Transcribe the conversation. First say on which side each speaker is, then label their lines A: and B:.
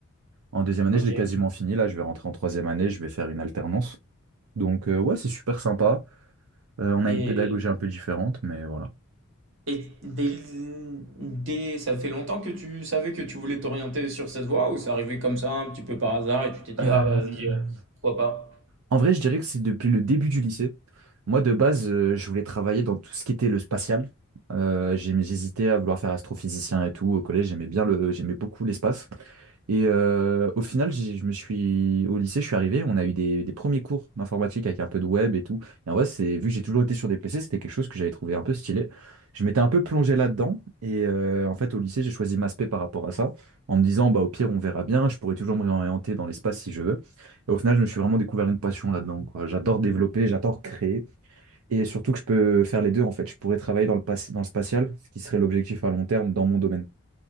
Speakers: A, on the right (about 80°); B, on the right (about 55°).
A: En deuxième année,
B: Ok.
A: je l'ai quasiment fini. Là, je vais rentrer en troisième année. Je vais faire une alternance. Donc, euh, ouais, c'est super sympa. Euh, on a
B: Et,
A: une pédagogie un peu différente, mais voilà.
B: et dès, dès- ça fait longtemps que tu savais que tu voulais t'orienter sur cette voie ou c'est arrivé comme ça un petit peu par hasard et tu t'es dit,
A: Euh,
B: ah vas-y, euh, pourquoi pas?
A: En vrai, je dirais que c'est depuis le début du lycée. Moi, de base, euh, je voulais travailler dans tout ce qui était le spatial. Euh, j'ai- j'hésitais à vouloir faire astrophysicien et tout. Au collège, j'aimais bien le, j'aimais beaucoup l'espace. Et euh, au final, j'ai- je me suis au lycée, je suis arrivé, on a eu des, des premiers cours d'informatique avec un peu de web et tout. Et en vrai, c'est vu que j'ai toujours été sur des PC, c'était quelque chose que j'avais trouvé un peu stylé. Je m'étais un peu plongé là-dedans et euh, en fait, au lycée, j'ai choisi ma spé par rapport à ça, en me disant bah au pire, on verra bien, je pourrais toujours me réorienter dans l'espace si je veux. Et au final, je me suis vraiment découvert une passion là-dedans, quoi. J'adore développer, j'adore créer. Et surtout que je peux faire les deux, en fait. Je pourrais travailler dans le, pas- dans le spatial, ce qui serait l'objectif à long terme dans mon domaine.